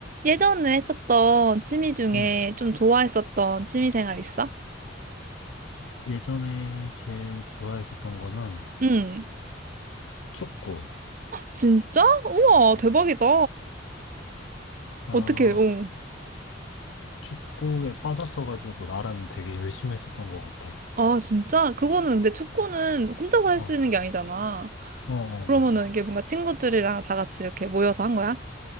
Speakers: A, on the right (about 45°); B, on the left (about 75°).
A: 예전에 했었던 취미 중에
B: 음,
A: 좀 좋아했었던 취미 생활 있어?
B: 예전에 제일 좋아했었던 거는
A: 응.
B: 축구.
A: 진짜? 우와, 대박이다.
B: 음. 나
A: 어떻게, 어.
B: 축구에 빠졌어가지고 나름 되게 열심히 했었던 것 같아.
A: 아, 진짜? 그거는 근데 축구는 혼자서 할
B: 어,
A: 수 있는 게 아니잖아.
B: 어, 어,
A: 그러면은
B: 맞아.
A: 이게 뭔가 친구들이랑 다 같이 이렇게 모여서 한 거야?